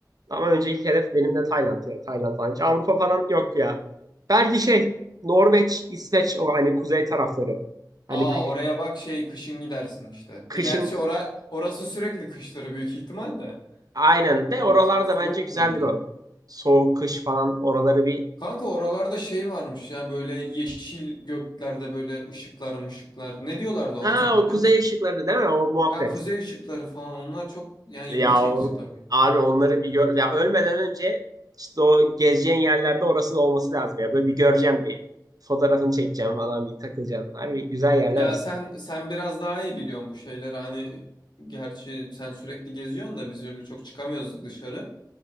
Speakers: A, on the right; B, on the left.
A: Ama önce ilk hedef benim de Tayland ya. Tayland falan. Hiç Avrupa falan yok ya. Belki şey Norveç, İsveç o hani kuzey tarafları. Hani
B: Aa
A: kış,
B: oraya bak şey kışın gidersin işte.
A: kışın
B: E, gerçi ora orası sürekli kıştır büyük ihtimal de.
A: aynen de
B: Orası
A: oralarda
B: bir soğuktur
A: bence güzeldir
B: yani.
A: o. Soğuk kış falan oraları bir.
B: Kanka oralarda şey varmış ya böyle yeşil göklerde böyle ışıklar ışıklar. Ne diyorlardı ona
A: Ha
B: sen
A: o
B: biliyor
A: kuzey
B: musun?
A: ışıkları değil mi? O muhabbet.
B: Ya kuzey ışıkları falan onlar çok yani
A: Ya
B: ilgi çekici
A: on,
B: tabii.
A: abi onları bir gör ya ölmeden önce işte o gezeceğin yerlerde orası da olması lazım ya. Böyle bir göreceğim bir fotoğrafını çekeceğim falan bir takılacağım. Harbi güzel yerler
B: Ya
A: aslında.
B: sen sen biraz daha iyi biliyorsun bu şeyleri hani gerçi sen sürekli geziyorsun da biz öyle çok çıkamıyoruz dışarı.